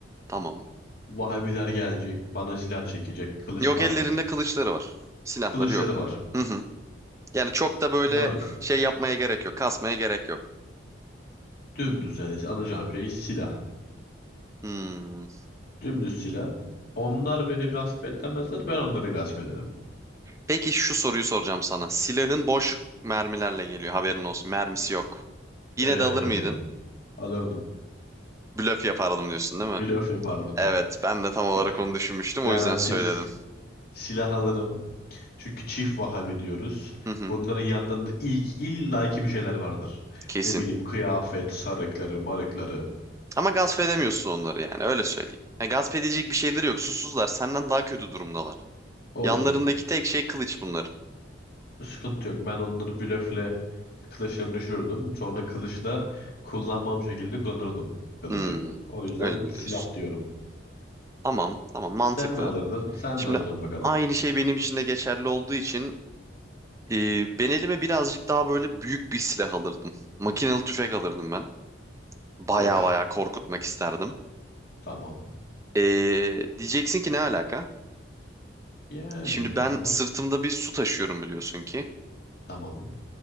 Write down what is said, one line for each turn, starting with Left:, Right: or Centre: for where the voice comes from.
Right: Tamam.
Left: Vahabiler gelecek, bana silah çekecek. Kılıç
Right: Yok
Left: pardon.
Right: ellerinde kılıçları var. Silahları
Left: Kılıçları
Right: yok.
Left: var.
Right: Hı hı. Yani çok da böyle
Left: Moruk.
Right: şey yapmaya gerek yok. Kasmaya gerek yok.
Left: Dümdüz yani alacağım şey silah.
Right: Hmm.
Left: Dümdüz silah. Onlar beni gasp etmezler, ben onları gasp ederim.
Right: Peki şu soruyu soracağım sana. Silahın boş mermilerle geliyor haberin olsun. Mermisi yok. Yine
Left: Ee,
Right: de alır mıydın?
Left: alırdım.
Right: Blöf yapardım diyorsun değil mi?
Left: Blöf yapardım.
Right: Evet ben de tam olarak
Left: <laughs>
Right: onu düşünmüştüm
Left: Garantis
Right: o yüzden söyledim.
Left: silah alırım. Çünkü çift Vahabi diyoruz.
Right: Hı hı
Left: Bunların yanında ilk illaki bir şeyler vardır.
Right: kesin.
Left: Ne bileyim kıyafet, sarıkları, marıkları
Right: Ama gasp edemiyorsun onları yani öyle söyleyeyim. Ha, gasp edecek bir şeyleri yok susuzlar senden daha kötü durumdalar.
Left: olsun.
Right: Yanlarındaki tek şey kılıç bunların.
Left: Sıkıntı yok. Ben onları blöfle kılıçlarını düşürürdüm. Sonra kılıçla kullanmam şekilde kullanırdım kılıcı.
Right: Hmm,
Left: O yüzden
Right: öyle mi
Left: silah
Right: diyorsun.
Left: diyorum.
Right: Tamam tamam mantıklı.
Left: Sen ne alırdın? Sen
Right: Şimdi
Left: ne alacaksın bakalım.
Right: aynı şey benim için de geçerli olduğu için Ee, ben elime birazcık daha böyle büyük bir silah alırdım. Makinalı tüfek alırdım ben. Baya
Left: Boş.
Right: baya korkutmak isterdim.
Left: Tamam.
Right: Ee, diyeceksin ki ne alaka?
Left: Yani
Right: Şimdi ben
Left: ama
Right: sırtımda bir su taşıyorum biliyorsun ki.
Left: tamam.